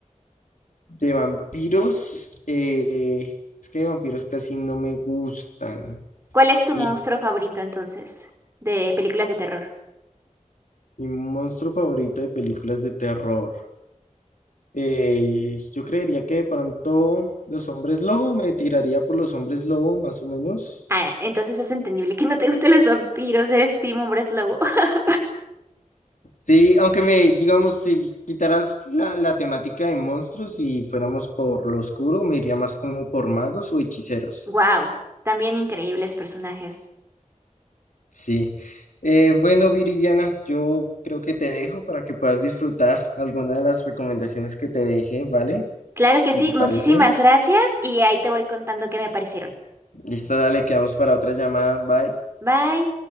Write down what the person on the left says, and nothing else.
de vampiros, eh, es que de vampiros casi no me gustan.
Y
mi monstruo favorito de películas de terror. Eh, yo creería que de pronto los hombres lobo, me tiraría por los hombres lobo, más o menos.
Sí, aunque me, digamos, si quitaras la, la temática de monstruos y fuéramos por lo oscuro, me iría más como por magos o hechiceros.
Sí. Eh, bueno, Viridiana, yo creo que te dejo para que puedas disfrutar alguna de las recomendaciones que te dejé, ¿vale?
Si
te
parecen.
Listo, dale, quedamos para otra llamada. Bye.